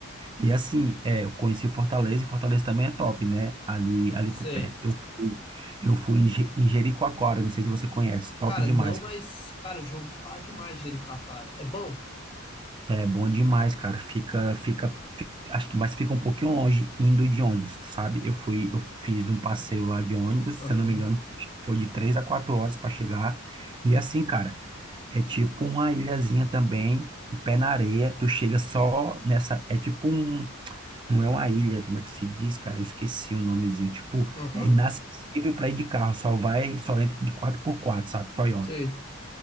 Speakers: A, on the right (about 25°); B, on the left (about 25°).
A: E assim, é, eu conheci Fortaleza e Fortaleza também é top, né? Ali ali
B: sei.
A: por perto. Eu fui, eu fui em Je- em Jericoacoara, não sei se você conhece, top
B: Cara,
A: demais,
B: não, mas, cara, eu já ouvi falar demais de Jericoacoara. É bom?
A: É bom demais, cara. Fica, fica, fi- acho que mais fica um pouquinho longe indo de ônibus, sabe? Eu fui, eu fiz um passeio lá de ônibus,
B: Aham,
A: se eu não me engano, foi de três a quatro horas para chegar. E assim, cara, é tipo uma ilhazinha também, pé na areia. Tu chega só nessa, é tipo um, não é uma ilha, como é que se diz, cara? Eu esqueci o nomezinho. Tipo,
B: aham,
A: é inacessível para ir de carro, só vai, só entra de quatro por quatro, sabe? Toyota,
B: sei.